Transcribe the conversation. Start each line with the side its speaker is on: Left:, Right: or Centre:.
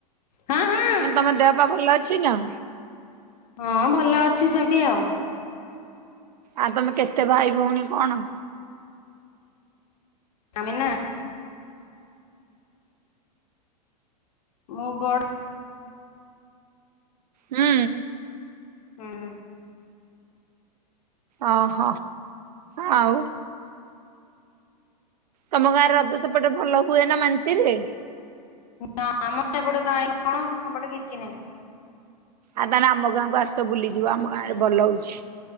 Left: ହାଁ ହାଁ।
Right: ମାନେ ତମ ଦେହ ପା ଭଲ ଅଛି ନ।
Left: ହଁ ଭଲ ଅଛି ସେମିତି ଆଉ
Right: ଆଉ ତମେ କେତେ ଭାଇ ଭଉଣୀ କଣ?
Left: ଆମେନା ମୁଁ ବଡ
Right: ହୁଁ।
Left: ହୁଁ।
Right: ଅହ ଆଉ ତମ ଗାଁରେ ରଜ ସେପଟେ ଭଲ ହୁଏ ନା ମାନ୍ତିରିରେ?
Left: ନା ଆମର ସେପଟେ କାଈଁ କଣ ସେପଟେ କିଛି ନାହିଁ।
Right: ଆଉ ତାହେଲେ ଆମ ଗାଁକୁ ଆସ ବୁଲିଯିବ ଆମ ଗାଁ ରେ ଭଲ ହଉଛି।